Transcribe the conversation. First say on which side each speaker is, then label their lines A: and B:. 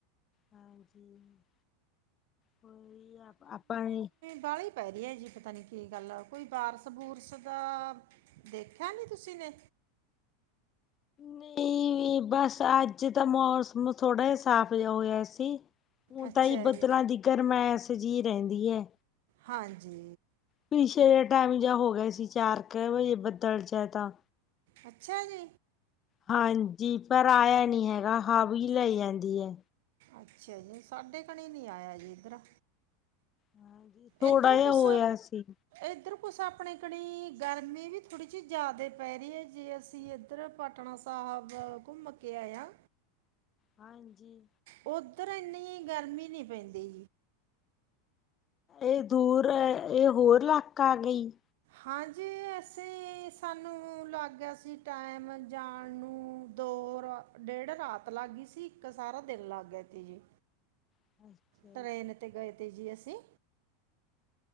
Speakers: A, on the left; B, on the right.
A: ਹਾਂਜੀ ਕੋਈ ਜਾ ਆਪਣੇ।
B: ਕਾਲੀ ਪੈ ਰਹੀ ਹੈ ਜੀ ਪਤਾ ਨੀ ਕੀ ਗੱਲ ਕੋਈ ਬਾਰਿਸ਼ - ਬੁਰਸ ਦਾ ਦੇਖਿਆ ਨੀ ਤੁਸੀਂ ਨੇ
A: ਨਹੀਂ ਬਸ ਅੱਜ ਤਾਂ ਮੌਸਮ ਥੋੜਾ ਸਾਫ਼ ਜਾ ਹੋਇਆ ਸੀ। ਹੁਣ
B: ਅੱਛਾ
A: ਤਾਂ ਹੀ ਬੱਦਲਾਂ
B: ਜੀ
A: ਦਿਕਰ ਗਰਮੈਸ ਜਿਹੀ ਰਹਿੰਦੀ ਐ।
B: ਹਾਂਜੀ
A: ਪਿੱਛੇ ਟਾਈਮ ਜਾ ਹੋ ਗਿਆ ਸੀ ਚਾਰ ਕੁ ਵੀ ਬੱਦਲ ਜਿਆਦਾ
B: ਅੱਛਾ ਜੀ
A: ਹਾਂਜੀ ਪਰ ਆਇਆ ਨਹੀਂ ਹੈਗਾ ਹਵਾ ਹੀ ਲੈ ਜਾਂਦੀ ਆ
B: ਅੱਛਾ ਜੀ ਸਾਡੇ ਘਣੇ ਨੀ ਆਇਆ ਜੀ ਇੱਧਰ
A: ਹਾਂਜੀ ਥੋੜਾ
B: ਇੱਧਰ
A: ਜਿਹਾ
B: ਕੁਛ
A: ਹੋਇਆ ਸੀ।
B: ਇੱਧਰ ਕੁਛ ਆਪਣੇ ਘਣੀ ਗਰਮੀ ਵੀ ਥੋੜੀ ਜਿਹੀ ਜ਼ਿਆਦੇ ਪੈ ਰਹੀ ਏ ਜੇ ਅਸੀਂ ਇਧਰ ਪਟਨਾ ਸਾਹਿਬ ਘੁੰਮ ਕੇ ਆਇਆ
A: ਹਾਂਜੀ
B: ਉਧਰ ਇੰਨੀ ਗਰਮੀ ਨੀ ਪੈਂਦੀ
A: ਇਹ ਦੂਰ ਇਹ ਹੋਰ ਇਲਾਕਾ ਆ ਗਈ
B: ਹਾਂਜੀ ਐਸੇ ਸਾਨੂੰ ਲੱਗ ਗਿਆ ਸੀ ਟਾਈਮ ਜਾਣ ਨੂੰ ਦੋ ਰਾ ਡੇਢ ਰਾਤ ਲੱਗ ਗਈ ਸੀ ਇੱਕ ਸਾਰਾ ਦਿਨ ਲੱਗ ਗਿਆ ਤੀ ਜੀ
A: <unintelligible>
B: ਟਰੇਨ 'ਤੇ ਗਏ ਤੇ ਜੀ ਅਸੀਂ